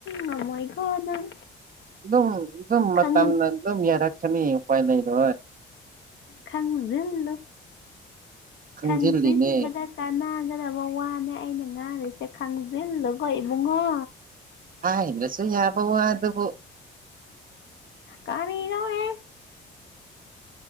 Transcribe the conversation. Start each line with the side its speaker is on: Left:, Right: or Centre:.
Left: ꯉꯝꯃꯣꯏꯀꯣ ꯅꯪ
Right: ꯑꯗꯨꯝ ꯑꯗꯨꯝ ꯃꯝ
Left: ꯈꯪ
Right: ꯑꯗꯨꯝ ꯌꯦꯔ ꯈꯅꯤ ꯎꯄꯥꯏ ꯂꯩ ꯏꯗ
Left: ꯈꯪꯖꯅꯣ
Right: ꯈꯪꯖꯤꯜꯂꯤꯅꯦ
Left: ꯈꯪꯖꯤꯟꯕꯗ ꯀꯥꯟꯅꯒꯗꯕ ꯋꯥꯅꯦ ꯑꯩꯅ ꯁꯦ ꯈꯥꯪꯖꯦꯟ ꯂꯣꯏ ꯏꯕꯨꯡꯉꯣ
Right: ꯑꯏ꯭ꯔꯣꯁꯨ ꯌꯥꯕꯋꯥꯗꯕꯨ
Left: ꯀꯅ ꯍꯦ